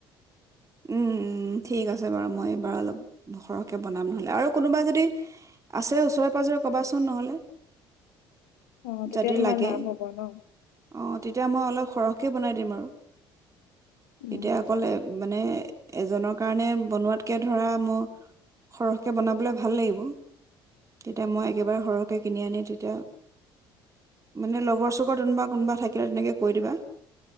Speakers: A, on the right; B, on the left.
A: উম ঠিক আছে বাৰু মই এইবাৰ অলপ সৰহকৈ বনাম নহ'লে আৰু কোনোবা যদি আছে ওচৰে পাঁজৰে ক'বাচোন নহ'লে
B: অ তেতিয়া
A: যদি
B: তোমাৰ
A: লাগে
B: লাভ হ'ব ন
A: অঁ তেতিয়া মই অলপ সৰহকৈ বনাই দিম আৰু
B: উম
A: এতিয়া অকল এ- মানে এজনৰ কাৰণে বনোৱাতকে ধৰা মোৰ সৰহকে বনাবলে ভাল লাগিব তেতিয়া মই একেবাৰে সৰহকৈ কিনি আনি তেতিয়া মানে লগৰ চগৰ কোনোবা কোনোবা থাকিলে তেনেকৈ কৈ দিবা